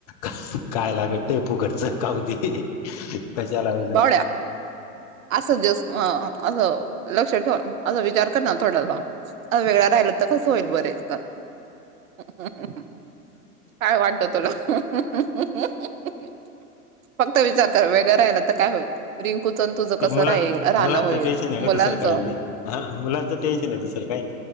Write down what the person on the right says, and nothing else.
बावड्या असं जस अं असं लक्ष ठेव, असा विचार करणा थोडासा. अ वेगळं राहिल, तर कसं होईल बर एकतर ह ह्हणं काय वाटत तुला? ह्ह्हणं हं ह्ह्हहन. फक्त विचार कर, वेगळं राहिल, तर काय होईल? रिंकूचं आणि तुझं
कसं
राहील राहणं होईल
मुलांचं